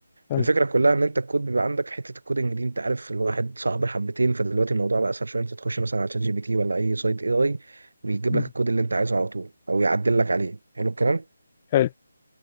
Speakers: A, on the left; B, on the right.
A: حلو
B: الفكرة كلها إن أنت الكود بيبقى عندك حتة الكودنج دي أنت عارف الواحد صعب حبتين فدلوقتي الموضوع بقى أسهل شوية أنت تخش مثلا على شات جي بي تي ولا أي سايت اي اي بيجيب
A: مم.
B: لك الكود اللي أنت عايزه على طول أو يعدل لك عليه حلو الكلام
A: حلو